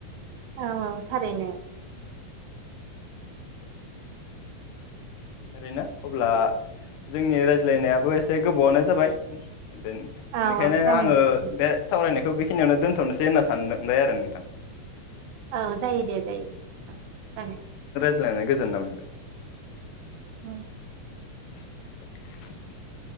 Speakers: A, on the right; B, on the left.
A: औ औ थारैनो
B: ओरैनो अब्ला जोंनि रायज्लायनायाबो एसे गोबावनो जाबाय ओ बेनिखायनो
A: औ औ जागोन
B: आङो
A: दे
B: बे सावरायनायखौ बेखिनियावनो दोनथ'नोसै होनना सानबाय आरो नोंथां
A: औ जायो दे जायो।
B: <unintelligible> नानै गोजोननाय मोनबाय
A: <unintelligible>
B: <inaudible>